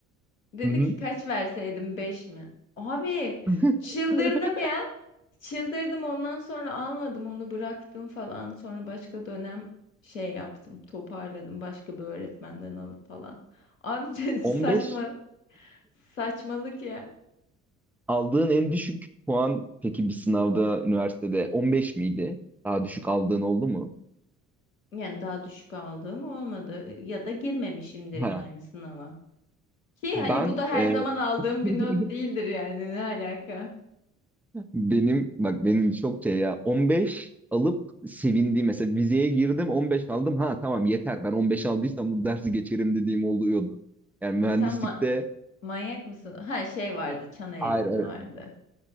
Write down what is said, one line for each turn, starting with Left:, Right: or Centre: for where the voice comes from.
Left: Dedi
Centre: Hı hı.
Left: ki kaç verseydim 5 mi? Abi
Centre: <laughs>
Left: çıldırdım ya. Çıldırdım ondan sonra almadım onu bıraktım falan. Sonra başka dönem şey yaptım toparladım başka bir öğretmenden alıp falan. Abi <laughs> saçma
Centre: 15
Left: saçmalık ya.
Centre: aldığın en düşük puan peki bir sınavda üniversitede 15 miydi? Daha düşük aldığın oldu mu?
Left: Yani daha düşük aldığım olmadı ya da girmemişimdir
Centre: Ha,
Left: yani sınava. Ki
Centre: ben
Left: hani bu da her
Centre: e,
Left: zaman aldığım
Centre: <laughs>
Left: bir not değildir yani ne alaka?
Centre: benim bak benim çok şey ya 15 alıp sevindiğim mesela vizeye girdim 15 aldım ha tamam yeter ben 15 aldıysam bu dersi geçerim dediğim oluyordu. Yani mühendislikte
Left: E sen ma- manyak mısın? Ha şey vardı çan eğrisi
Centre: hayır, hayır.
Left: vardı.